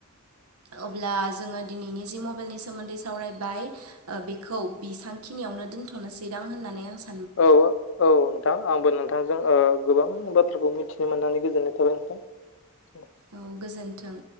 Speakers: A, on the right (about 80°); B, on the left (about 55°).
A: अब्ला जोङो दिनैनि जि मबाइलनि सोमोन्दै सावरायबाय ओ बिखौ बिसांखिनियावनो दोन्थ'नोसैदां होननानै आं सान
B: औ -औ नोंथां आंबो नोंथांजों। ओ गोबां बाथ्राखौ मिथिनो मोननानै गोजोननाय थाबाय नोंथां।
A: औ गोजोन्थों